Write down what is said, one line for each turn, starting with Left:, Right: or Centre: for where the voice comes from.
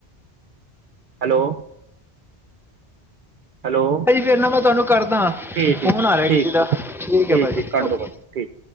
Right: ਹੈਲੋ! ਹੈਲੋ
Centre: ਭਾਜੀ ਫੇਰ ਨਾ ਮੈਂ ਤੁਹਾਨੂੰ ਕਰਦਾ,
Right: ਠੀਕ ਠੀਕ
Centre: ਫੋਨ ਆ ਰਿਹਾ
Right: ਠੀਕ
Centre: ਕਿਸੇ
Right: ਠੀਕ
Centre: ਦਾ, ਠੀਕ ਹੈ ਭਾਜੀ
Right: ਕੱਢ
Centre: ਓਕੇ।
Right: ਦੋ ਕੱਢ ਠੀਕ